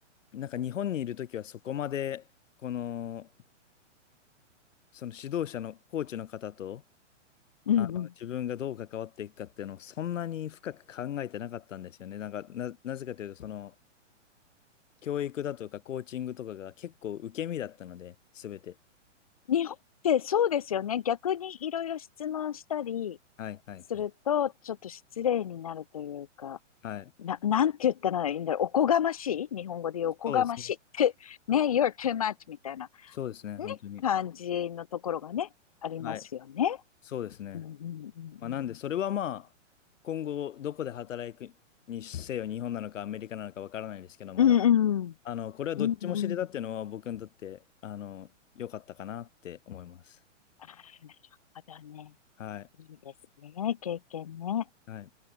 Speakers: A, on the left; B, on the left.
A: い。なんか日本にいるときはそこまで、この、その指導者のコーチの方と、
B: うん。
A: あの自分がどう関わっていくかっていうのをそんなに深く考えてなかったんですよね。
B: うんうん。
A: なんかな、なぜかというと、その教育だとかコーチングとかが結構受け身だったので、すべて。
B: 日本ってそうですよね。逆にいろいろ質問したり
A: はいはいはい。
B: すると、ちょっと失礼になるというか、
A: はい。
B: な、なんて言ったらいいんだろう。おこがましい日本語で言うおこがましい。
A: そうですね。
B: くね、you're too much みたいな。
A: そうですね、本当に。
B: ね、感じのところがね、ありますよね。
A: はい。そうですね。
B: うんうん
A: まあ、なんで、それはまあ、今後どこで働くにせよ、日本なのかアメリカなのかわからないですけど、まだ。
B: うんうん。
A: あの、これはどっちも知れたっていうのは僕にとって、
B: うんうん。うんうん。
A: あの、良かったかなって思います。
B: ああ、なるほどね。
A: はい。
B: いいですね。経験ね。
A: はい。